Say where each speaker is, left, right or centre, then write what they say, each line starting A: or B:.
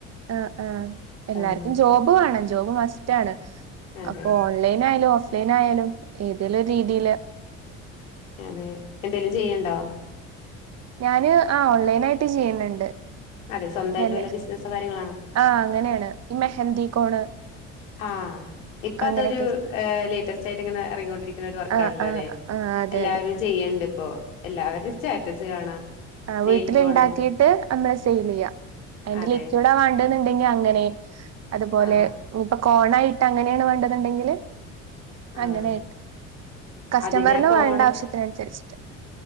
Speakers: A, on the right; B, on the left.
A: ആ ആ എല്ലാർക്കും
B: ആഹ്
A: ജോബ് വേണം ജോബ് മസ്റ്റ് ആണ്
B: അതെ
A: അപ്പൊ ഓൺലൈൻ ആയാലും ഓഫ്ലൈൻ ആയാലും ഏതെങ്കലും രീതിയില്
B: അതെ എന്തേലും ചെയ്യണ്ടോ
A: ഞാന് ആ ഓൺലൈനായിട്ട് ചെയ്യുന്നുണ്ട്
B: അതെ സ്വന്തമായിട്ട്
A: തന്നെ
B: വല്ല ബിസിനസോ കാര്യങ്ങളാണോ
A: ആ അങ്ങനെയാണ് ഈ മെഹന്തി കോണ്
B: ആ ഇപ്പൊ
A: അങ്ങനെയൊക്കെ
B: അതൊരു ലേറ്റസ്റ്റ് ആയിട്ട് ഇങ്ങനെ ഇറങ്ങൊണ്ടിരിക്കുന്ന ഒരു വർക്കാണല്ലോ
A: ആഹ് ആഹ്
B: അല്ലെ
A: ആഹ് അതെ
B: എല്ലാവരും
A: അതെ
B: ചെയ്യണ്ട് ഇപ്പോ എല്ലാവരുടെ സ്റ്റാറ്റസ് കാണാം
A: ആ
B: നെയിൽക്കോണ്
A: വീട്ടില ഉണ്ടാക്കിട്ട് നമ്മളെ സെയിൽ ചെയ്യാം അതിന്റെ
B: അതെ
A: ലിക്യവിഡാ വേണ്ടു അങ്ങനെ അതുപോലെ
B: ആഹ്
A: ഇപ്പൊ കോണായിട്ട് അങ്ങനെയാണ് വേണ്ടത്ണ്ടെങ്കിൽ
B: ആഹ്
A: അങ്ങനെ കസ്റ്റമറിന്
B: അതിന്റെ ആ കോണൊ
A: വേണ്ട ആവശ്യത്തിന് അനുസരിച്ചിട്ട്